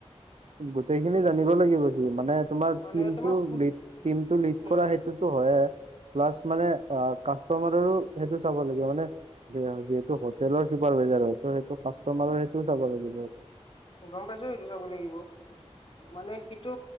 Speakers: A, on the right (about 75°); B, on the left (about 50°).
A: গোটেইখিনি জানিব লাগিব সি মানে তোমাৰ
B: মানে
A: টিমটো
B: তোমাক সুধ
A: লিড টিমটো লিড
B: উম
A: কৰা সেইটোতো হয়ে, প্লাছ মানে অ কাষ্টমাৰৰো সেইটো চাব লাগিব মানে যি যিহেতু হোটেলৰ চুপাৰভাইজাৰ হয়, ত' সেইটো কাষ্টমাৰৰ সেইটোও চাব লাগিব।
B: গম পাইছো সেইটো চাব লাগিব, মানে সেইটো